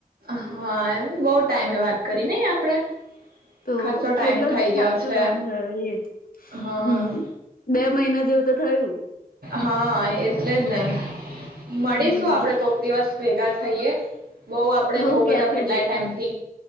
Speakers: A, on the right (about 80°); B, on the left (about 70°).
A: હા એમ બહુ ટાઈમે વાત કરી નઈ આપડે
B: તો
A: ખાસો
B: કેટલો
A: ટાઈમ થઈ
B: ખાસો
A: ગયો છે
B: ટાઈમ થયો એ જ,
A: હા
B: હમ, બે મહિના જેવું તો થયું.
A: હા, એટલે જ ને. મળીશું
B: હમ હમ
A: આપડે કોક દિવસ ભેગા થઈએ બહુ આપ આપડે
B: હો
A: બઉ
B: કેફે
A: બધા કેટલાય
B: જઈશું
A: ટાઈમથી